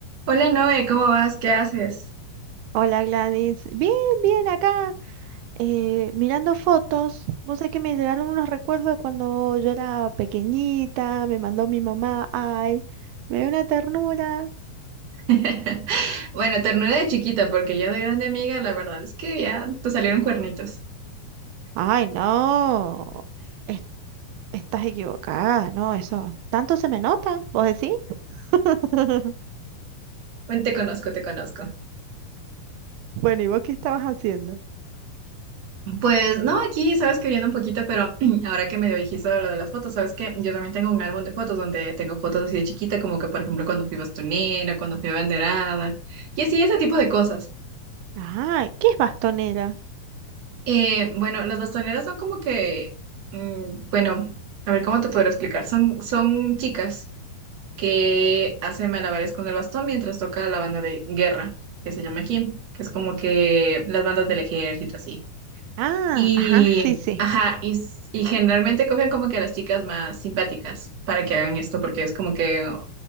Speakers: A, on the right; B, on the right.
A: Hola Noé, ¿cómo vas? ¿Qué haces?
B: Hola Gladys, bien, bien acá, eh, mirando fotos. Vos sabés que me llegaron unos recuerdos de cuando yo era pequeñita, me mandó mi mamá, ay, me dio una ternura.
A: <laughs> Bueno, ternura de chiquita, porque ya de grande amiga, la verdad es que ya te salieron cuernitos.
B: Ay, no, es- estás equivocada, no, eso, tanto se me nota, ¿vos decís? <laughs>
A: Bueno, te conozco, te conozco.
B: Bueno, ¿y vos qué estabas haciendo?
A: Pues no, aquí sabes que viendo un poquito, pero <clears throat> ahora que me dijiste lo de las fotos, sabes que yo también tengo un álbum de fotos donde tengo fotos así de chiquita, como que por ejemplo cuando fui bastonera, cuando fui banderada, y así ese tipo de cosas.
B: Ah, ¿qué es bastonera?
A: Eh, bueno, las bastoneras son como que, mm, bueno, a ver cómo te podré explicar, son, son chicas. que hace malabares con el bastón mientras toca la banda de guerra, que se llama aquí, que es como que las bandas del ejército, así.
B: Ah,
A: Y,
B: ajá, sí, sí.
A: ajá, y, s- y generalmente cogen como que a las chicas más simpáticas para que hagan esto, porque es como que,